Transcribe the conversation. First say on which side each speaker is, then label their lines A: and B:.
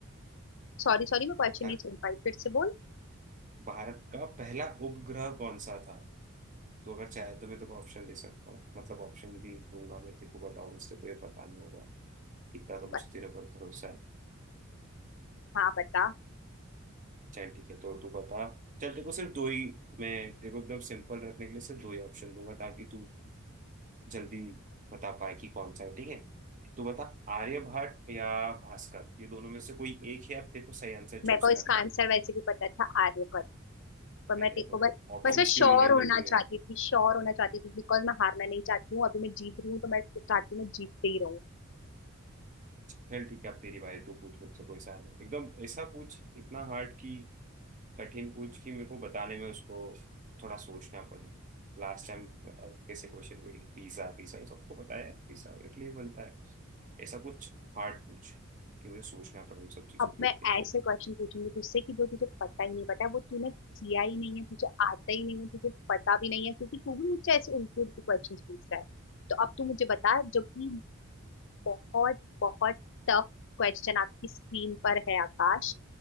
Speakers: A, on the left (about 60°); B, on the right (about 35°).
A: सॉरी सॉरी मैं क्वेश्चन
B: हाँ,
A: नहीं सुन पाई फिर से बोल
B: भारत का पहला उपग्रह कौन सा था तो अगर चाहे तो मैं तुझे ऑप्शन दे सकता हूँ मतलब ऑप्शन भी दूंगा मैं तेरे को बताऊँ उससे कोई पता नहीं होगा इतना तो मुझे
A: ब-
B: तेरे पर भरोसा है
A: हाँ बता
B: चल ठीक है तो तू बता चल तेरे को सिर्फ दो ही मैं तेरे को एकदम सिंपल रखने के लिए सिर्फ दो ही ऑप्शन दूंगा ताकि तू जल्दी बता पाए कि कौन सा है ठीक है तो बता आर्यभट्ट या भास्कर ये दोनों में से कोई एक है अब तेरे को सही आंसर
A: मेरे
B: चूज
A: को इसका
B: करना
A: आंसर
B: है
A: वैसे भी पता था आर्यभट्ट पर मैं
B: अरे
A: तेरे
B: तो
A: को बस
B: ऑप्शंस
A: बस मैं श्योर
B: क्यों लिए
A: होना
B: फिर तूने
A: चाहती थी श्योर होना चाहती थी बिकॉज मैं हारना नहीं चाहती हूँ अभी मैं जीत रही हूँ तो मैं चाहती हूँ मैं जीतते ही रहूँ
B: चल ठीक है अब तेरी बारी तू पूछ मुझसे कोई सा एकदम ऐसा पूछ इतना हार्ड कि कठिन पूछ कि मेरे को बताने में उसको थोड़ा सोचना पड़े लास्ट टाइम कैसे क्वेश्चन हुई पिज्जा पिज्जा ये सबको बताया पिज्जा इटली में बनता है ऐसा कुछ हार्ड पूछ कि मुझे सोचना पड़े इन सब चीजों
A: अब
B: को
A: मैं
B: लेके
A: ऐसे क्वेश्चन पूछूंगी तुझसे कि जो तुझे पता ही नहीं पता है वो तूने किया ही नहीं है तुझे आता ही नहीं है तुझे पता भी नहीं है क्योंकि तू भी मुझसे ऐसे उल्टे उल्टे क्वेश्चन पूछ रहा है तो अब तू मुझे बता जो कि बहुत बहुत टफ क्वेश्चन आपकी स्क्रीन पर है आकाश